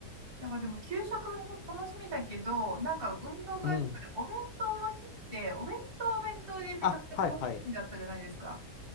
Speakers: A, on the right; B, on the left.
A: なんかでも給食も楽しみだけど、なんか運動会とかでお弁当の日って、
B: うん。
A: お弁当はお弁当でめちゃくちゃ楽しみだったじゃないですか。
B: あ、はいはい。